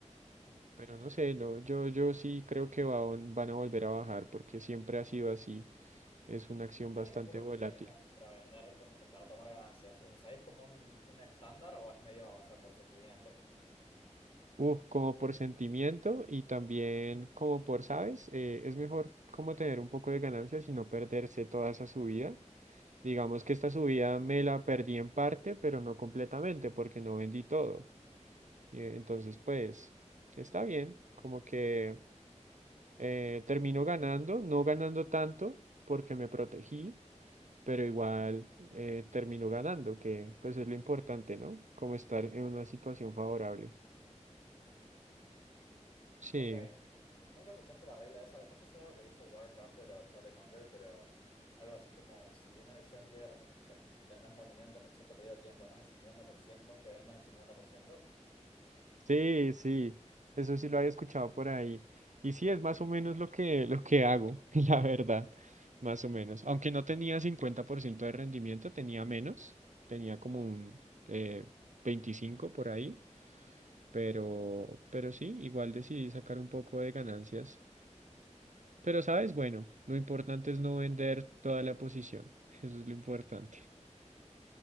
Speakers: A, on the left (about 50°); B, on the right (about 75°).
A: Ujú.
B: pero no sé, no, yo, yo sí creo que va- van a volver a bajar porque siempre ha sido así, es una acción
A: ¿Cuál
B: bastante
A: es un poco
B: volátil.
A: tu regla para vender cuando- o para tomar ganancias? O sea, ¿sabés como un, un estándar o es medio, o sea, por sentimiento?
B: Uf, como por sentimiento y también como por, ¿sabes? Eh, es mejor como tener un poco de ganancias y no perderse toda esa subida. Digamos que esta subida me la perdí en parte, pero no completamente porque no vendí todo. eh, Entonces, pues, está bien, como que... eh, termino ganando, no ganando tanto porque me protegí, pero igual eh, termino ganando, que pues es lo importante, ¿no? Como estar en una situación favorable. Sí,
A: Ok. ¿Nunca escuchaste la regla esa? No sé si es algo que dijo Warren Buffett o Charlie Munger, pero algo así como si una acción tiene, ren- o sea, tenés un rendimiento en un cierto periodo de tiempo, de más del cincuenta por ciento que vendas el 50%.
B: sí, sí, eso sí lo había escuchado por ahí. Y sí, es más o menos lo que, lo que hago, <laughs> la verdad, más o menos. Aunque no tenía 50% de rendimiento, tenía menos, tenía como un eh, 25 por ahí, pero, pero sí, igual decidí sacar un poco de ganancias. Pero, ¿sabes? Bueno, lo importante es no vender toda la posición. <laughs> Eso es lo importante.